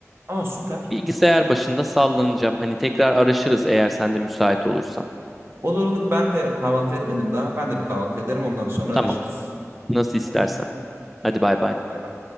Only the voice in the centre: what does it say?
Bilgisayar başında sallanacağım. Hani tekrar araşırız eğer sen de müsait olursan.
Tamam
nasıl istersen.
Hadi bay bay.